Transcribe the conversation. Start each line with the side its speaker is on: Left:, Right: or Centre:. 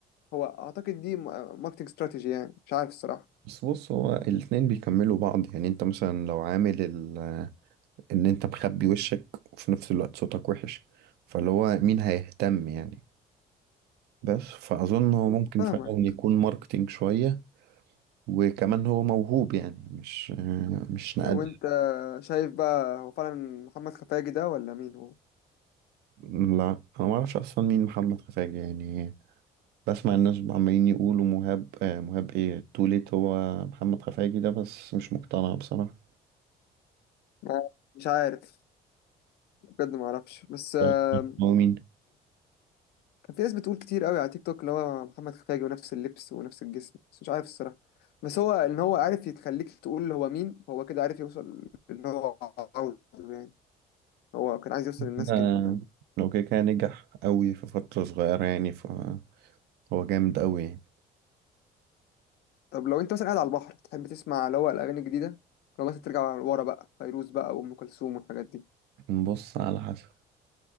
Left: هو اعتقد دي ماركتنج استراتيجي يعني مش عارف الصراحه
Right: بس بص هو الاتنين بيكملوا بعض يعني انت مثلا لو عامل ال... ان انت مخبي وشك وفي نفس الوقت صوتك وحش فاللي هو مين هيهتم يعني بس فاظن هو ممكن
Left: فاهمك
Right: فعلا يكون ماركتينج شويه وكمان هو موهوب يعني مش آه، مش نقد
Left: وانت شايف بقى هو فعلا محمد خفاجي ده ولا مين هو
Right: لا انا ما اعرفش اصلا مين محمد خفاجي يعني بسمع الناس عمالين يقولوا مهاب آه مهاب ايه توليت هو محمد خفاجي ده بس مش مقتنع بصراحة
Left: ما- مش عارف بجد ما اعرفش بس آه،
Right: آه، هو مين
Left: كان في ناس بتقول كتير قوي على تيك توك اللي هو محمد خفاجي ونفس اللبس ونفس الجسم بس مش عارف الصراحة بس هو ان هو عارف يتخليك تقول هو مين هو كده عارف يوصل اللي هو عاوزه يعني هو كان عايز يوصل للناس
Right: كده-
Left: كده فاهم
Right: لو كده كان نجح قوي في فترة صغيرة يعني فهو جامد قوي يعني
Left: طب لو انت مثلا قاعد على البحر تحب تسمع اللي هو الاغاني الجديدة لو مثلا ترجع ورا بقى فيروز بقى وام كلثوم والحاجات دي
Right: نبص على حسب